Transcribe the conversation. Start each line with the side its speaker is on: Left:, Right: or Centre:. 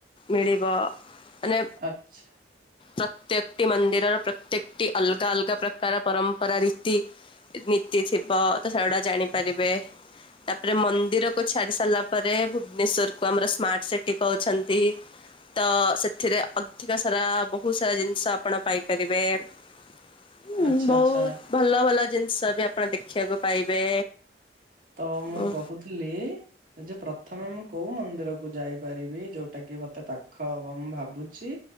Left: ମିଳିବ ମାନେ
Right: ଆଚ୍ଛା
Left: ପ୍ରତ୍ୟେକଟି ମନ୍ଦିରର ପ୍ରତ୍ୟେକଟି ଅଲଗା ଅଲଗା ପ୍ରକାର ପରମ୍ପରା ରୀତି ନୀତି ଥିବ ତ ସେଗୁଡା ଜାଣିପାରିବେ। ତାପରେ ମନ୍ଦିର କୁ ଛାଡି ସାରିଲା ପରେ ଭୁବନେଶ୍ଵର କୁ ଆମର ସ୍ମାର୍ଟ ସିଟି କହୁଛନ୍ତି। ତ ସେଥିରେ ଅଧିକ ସାରା ବହୁତ ସାରା ଜିନିଷ ଆପଣ ପାଇପାରିବେ। <inaudible> ହୁଁ
Right: ଆଚ୍ଛା
Left: ବହୁତ
Right: ଆଚ୍ଛା
Left: ଭଲ ଭଲ ଜିନିଷ ବି ଆପଣ ଦେଖିବାକୁ ପାଇବେ।
Right: ତ ମୁଁ
Left: ହୁଁ
Right: କହୁଥିଲି ଯେ ପ୍ରଥମେ ମୁଁ କୋଉ ମନ୍ଦିରକୁ ଯାଇ ପାରିବି ଯୋଉଟା କି ମତେ ପାଖ ହବ। ମୁଁ ଭାବୁଛି